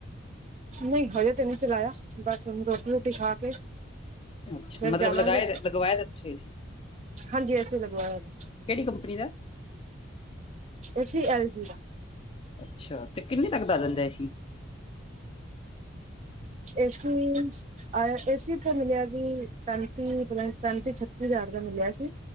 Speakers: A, on the right; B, on the left.
A: ਨਈ ਹਜੇ ਤੇ ਨੀ ਚਲਾਇਆ, ਬਸ ਹੁਣ ਰੋਟੀ-ਰੂਟੀ ਖਾ ਕੇ।
B: ਅੱਛਾ
A: ਫਿਰ
B: ਮਤਲਬ
A: ਜਾਵਾਂਗੇ,
B: ਲਗਾਏ ਦਾ ਲਗਵਾਏ ਦਾ ਤੁਸੀਂ ਏਸੀ
A: ਹਾਂਜੀ ਏ ਸੀ ਲਗਿਆ ਹੋਇਆ ਜੇ।
B: ਕਿਹੜੀ ਕੰਪਨੀ ਦਾ?
A: ਏ ਸੀ, ਐਲ ਜੀ ਦਾ।
B: ਅੱਛਾ ਤੇ ਕਿੰਨੇ ਤੱਕ ਦਾ ਆ ਜਾਂਦਾ ਏ ਸੀ?
A: ਏ ਸੀ ਆ, ਏ ਸੀ ਤੇ ਮਿਲਿਆ ਸੀ, ਪੈਂਤੀ ਪਤਾ ਨੀ, ਪੈਂਤੀ-ਛੱਤੀ ਹਜ਼ਾਰ ਦਾ ਮਿਲਿਆ ਸੀ।